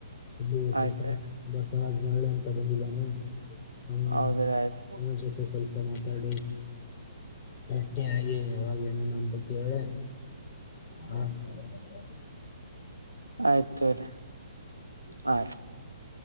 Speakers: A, on the left; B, on the right.
A: ಇಲ್ಲಿ ಬಸ
B: ಆಯ್ತ್ರಿ
A: <unintelligible> ಬಸವರಾಜ್ ಮಹಳೆ ಅಂತ ಬಂದಿದ್ದಾನೆ ಹ
B: ಹೌದ್ರಿ ಆಯ್ತ್
A: ಅವನ ಜೊತೆ ಸ್ವಲ್ಪ ಮಾತಾಡಿ ಬೆಟ್ಟಿ ಆಗಿ ಯಾವಾಗೇಏನನು ಅಂತ ಕೇಳಿ ಹಾ <inaudible>
B: ಆಯ್ತ್ ತಗೊರಿ ಹಾ-